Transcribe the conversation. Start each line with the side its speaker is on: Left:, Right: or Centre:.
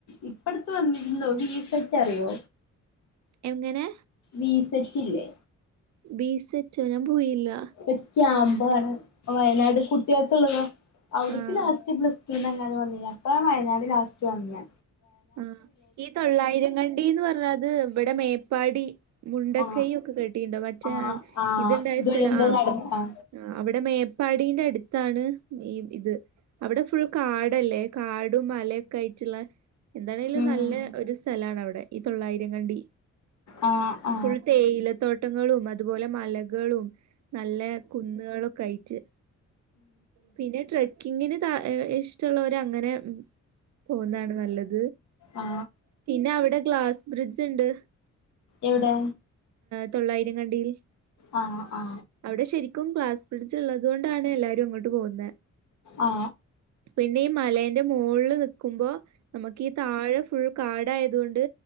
Left: ഇപ്പടത്ത വന്നിരുന്നോ വീസ ഒക്ക അറിയോ
Right: എങനെ
Left: പസറ്റ്ല്ലേ
Right: ബീസ്റ്റോ ഞാൻ പോയില്ല <unintelligible>
Left: ഇപ്പ ക്യാമ്പാണ് വയനാട് കുട്ടികൾക്ക ഉള്ളതാ അവിട്ക്ക്‌
Right: ആഹ്
Left: ലാസ്റ്റ്
Right: ആഹ്
Left: പ്ലസ് ടു നങ്ങാനും വന്നിനി അപ്പ വയനാട് ലാസ്റ്റ് വന്ന
Right: ആ ഈ തൊള്ളായിരംകണ്ടിന്ന് പറഞ്ഞത് ഇവിടെ മേപ്പാടി മുണ്ടക്കയ
Left: ആ
Right: ഒക്കെ കെട്ടിട്ടുണ്ടോ മറ്റേ
Left: ആ ആ
Right: ഇതുണ്ടായ
Left: ദുരന്തം
Right: സ്ഥലം ആ
Left: നടന്ന
Right: ആ അവിടെ മേപ്പാടിീന്റെ അടുത്താണ് ഈ ഇത് അവിടെ ഫുൾ കാടല്ലേ കാടും മലയൊക്കെ ആയിട്ടുള്ള എന്താണെങ്കിലും
Left: ഉം
Right: നല്ല ഒരു സ്ഥലണ അവിടെ ഈ തൊള്ളായിരംകണ്ടി
Left: ആ ആ
Right: ഫുള്ള് ത്തേയിലതോട്ടങ്ങളും അതുപോലെ മലകളും നല്ല കുന്നുകളൊക്കെ ആയിട്ട് പിന്നെ ട്രക്കിങ്ങിന് ഇഷ്ടമുള്ളവർ അങ്ങനെ പോകുന്നതാണ് നല്ലത്
Left: ആ
Right: പിന്നെ അവിടെ ഗ്ലാസ് ബ്രിഡ്ജ് ഉണ്ട്
Left: എവിടെ
Right: തൊള്ളയിരം കണ്ടിയിൽ
Left: ആ ആ
Right: അവിടെ ശെരിക്കും ഗ്ലാസ്‌ ബ്രഡ്ജ് ഉള്ളത് കൊ എും അങ്ങോട്ട് പോുന്നത്
Left: ആ
Right: പിന്ന <unintelligible> മലന്റെ മുകളിൽ നക്കുമ്പോ നമുക്ക് ഈ താഴെ ഫുൾ കാടായതുകൊണ്ട്